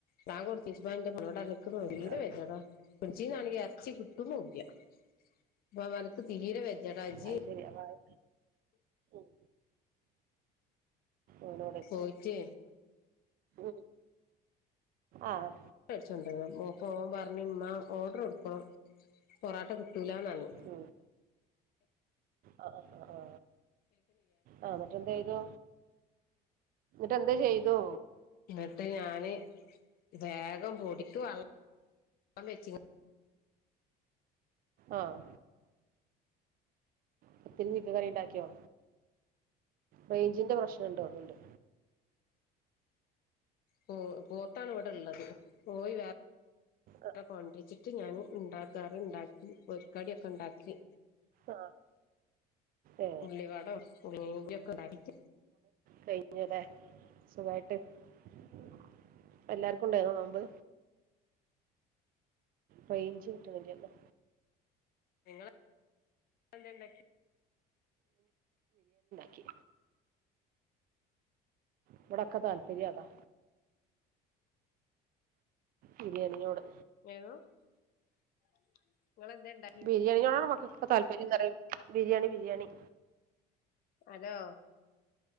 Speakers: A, on the left; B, on the right.
A: താങ്കടുത്തീ്പന്ത മണോടാക്കീ
B: ആ
A: വെച്ചവാ ഫ്രിഡ്ജീനാണെങ്കി ഇറച്ചി കിട്ടുനൂല്ല <unintelligible> തീരെ വെജ്ജടാ ജ്ജ്
B: അത് ശരി അപ്പൊ അത് ഉം. ഓനോട്
A: പോയിറ്റ്
B: ഉം ആഹ്
A: അടിച്ചണ്ടന്ന് മപ്പോ പറഞ്ഞന്ന ഓർഡറോഡുക്ക പൊറോട്ട കിട്ടൂലാണറഞ്ഞു
B: ഉം. ആ ആ ആഹ ആഹ മറ്റെന്താായതോ എന്നിട്ട് എന്താ ചെയ്തൂ?
A: എന്നിട്ട് ഞാന് വേഗം പൊടിക്ക് വള്ള ള്ളം വച്ചി
B: ആഹ് പത്തിരി ചിക്കൻ കറി ഉണ്ടാക്കിയോ? റേഞ്ചിന്റെ പ്രശ്നണ്ട് തോനുണ്ട്
A: ഹ്മ് പോത്താണ് ഇവിടെള്ളത് കോയി വേറെ
B: ആ
A: അ കൊണ്ടരിച്ചിട്ട് ഞാന് ഉണ്ടാകറി ഉണ്ടാക്കി പൊരിക്കടിയൊക്കെണ്ടാക്കി
B: ആ ഏ
A: ഉള്ളി വട <unintelligible> ഇണ്ടാക്കി ച്ച്ണ്
B: കഴിഞ്ഞലെ സുഖായിട്ട് അപ്പ എല്ലാർക്കു ഉണ്ടായിന്നോ നോമ്പ് റൈഞ്ച് കിട്ട്ണില്ലല്ലോ
A: നിങ്ങള് ഇപ്പെന്തേണ്ടാക്കി
B: ക്കി ഇവിടൊക്കെ താല്പര്യ അതാ ബിരിയാണിയോട്
A: <unintelligible> ഇണ്ടാക്കി
B: ബിരിയാണിയോടാണ് മക്കൾക്കൊക്കെ താല്പര്യന്നറിയ ബിരിയാണി ബിരിയാണി
A: അലോ